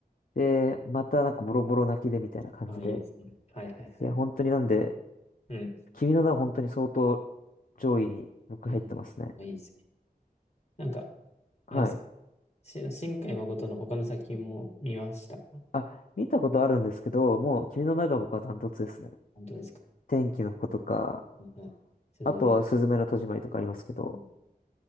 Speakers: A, on the left; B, on the left.
A: で、またなんかボロボロ泣きでみたいな感じで。
B: ああ、いいですね。はいはいはい。
A: いや、本当になんで、
B: うん。
A: 君の名は本当に相当上位に僕入ってますね。
B: うん。あ、いいですね。なんか、
A: はい。
B: あれですか。し新海誠の他の作品も見ましたか
A: あ、見たことあるんですけど、もう君の名が僕はダントツですね。
B: 本当ですか
A: 天気の子とか、
B: はい。すずめ。
A: あとは、すずめの戸締まりとかありますけど、
B: うん。